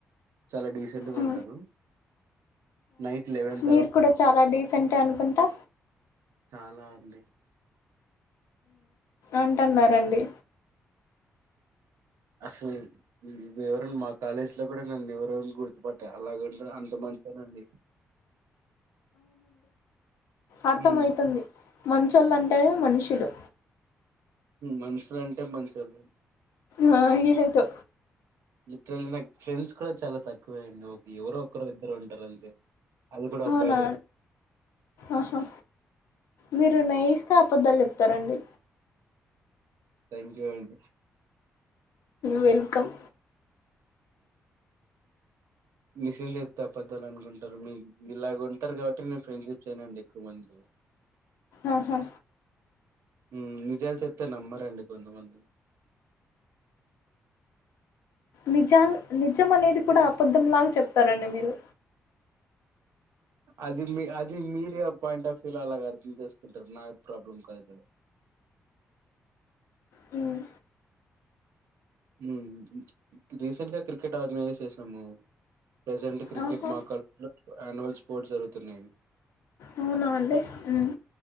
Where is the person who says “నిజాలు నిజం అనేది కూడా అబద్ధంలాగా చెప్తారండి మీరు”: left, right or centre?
Left